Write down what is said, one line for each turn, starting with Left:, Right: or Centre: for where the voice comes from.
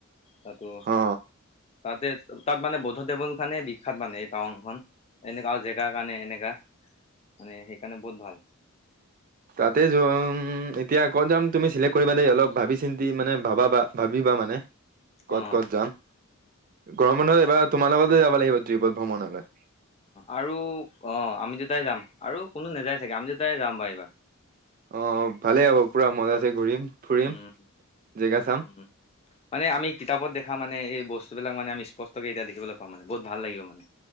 Left: তাতো
Right: অ
Left: তাতে তাত মানে বদ্ধ দেৱৰ বি সখ্যাত মানে এই টাউনখন এনেকা আৰু জেগাৰ কাৰণে এনেকা মানে সেইকাৰণে বহুত ভাল।
Right: তাতে যোৱা এতিয়া আকৌ যাম তুমি চিলেক্ট কৰিবা দেই অলপ ভাবি চিন্ত। মানে ভাবাবা
Left: অ
Right: ভাবিবা মানে ক'ত
Left: অ
Right: ক'ত যাম। গৰম বন্ধত এইবাৰ তোমাৰ লগতে যাব লাগিব ট্ৰিপত ভ্ৰমণলৈ।
Left: আৰু অ আমি যেতাই যাম আৰু কোনো নাযায় চাগে আমি যেতাই যাম বা এইবা।
Right: আহ ভালেই হ'ব পুৰা মজা আছে ঘূৰিম ফুৰিম
Left: উম
Right: জেগা চাম।
Left: উম মানে আমি কিতাপত দেখা মানে এই বস্তুবিলাক মানে স্পষ্টেকে এতিয়া দেখিবলৈ পাম মানে বহুতাল লাগিব মানে।